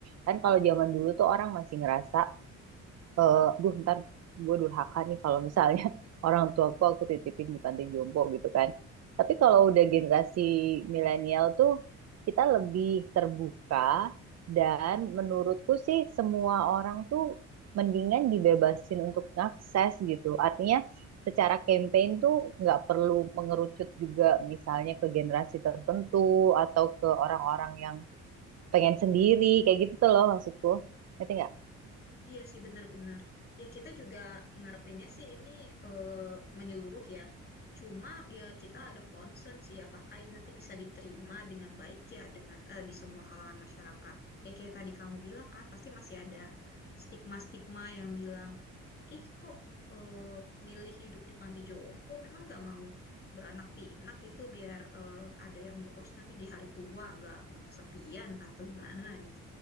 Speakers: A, on the right; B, on the left.
A: kan kalau zaman dulu tuh orang masih ngerasa eh aduh ntar gue durhaka nih kalau misalnya <laughs> orang tua tuaku aku titipin di panti jompo gitu kan. Tapi kalau udah generasi milenial tuh kita lebih terbuka dan menurutku sih semua orang tuh mendingan dibebasin untuk ngakses gitu. Artinya secara campaign tuh nggak perlu mengerucut juga misalnya ke generasi tertentu atau ke orang-orang yang pengen sendiri kayak gitu tuh loh maksudku. Ngerti nggak?
B: Iya sih benar-benar. Ya kita juga ngarepinnya sih ini eh, menyeluruh ya. Cuma ya kita ada concern sih apakah ini nanti bisa diterima dengan baik ya dengan eh, di semua kalangan masyarakat. Ya kayak tadi kamu bilang kan pasti masih ada stigma-stigma yang bilang ih kok eh, milih hidup di panti jompo memang nggak mau beranak pinak gitu biar eh, ada yang ngurus nanti di hari tua nggak nggak kesepian atau gimana gitu